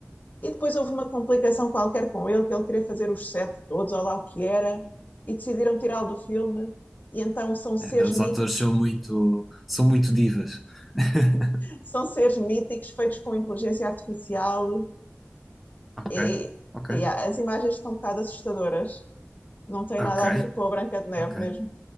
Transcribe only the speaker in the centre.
É, os
atores são muito, são muito divas. <laughs>
Ok,
ok,
ok,
ok.